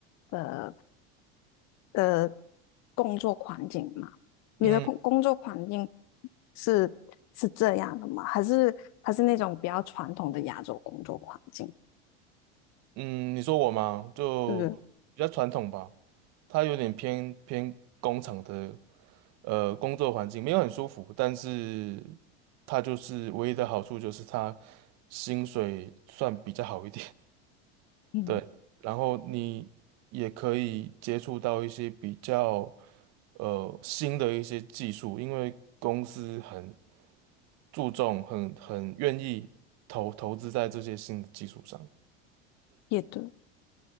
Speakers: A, on the left; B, on the right.
A: 呃。的工作环境嘛，你的工工作环境
B: 嗯
A: 是是这样的吗？还是还是那种比较传统的亚洲工作环境？
B: 嗯，你说我吗？就比较传统吧，
A: 对不对？
B: 他有点偏偏工厂的呃工作环境，没有很舒服，但是他就是唯一的好处就是他薪水算比较好一点。
A: 嗯，
B: 对，然后你也可以接触到一些比较呃新的一些技术，因为公司很注重、很很愿意投投资在这些新的技术上。
A: 也对。